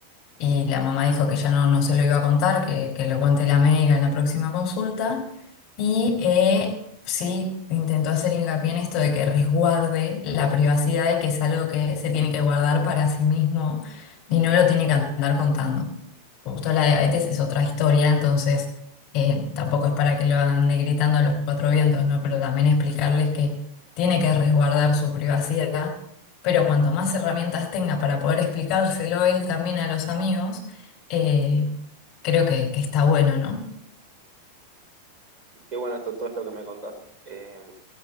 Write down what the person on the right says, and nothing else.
Qué bueno esto, todo esto que me contás. Eh,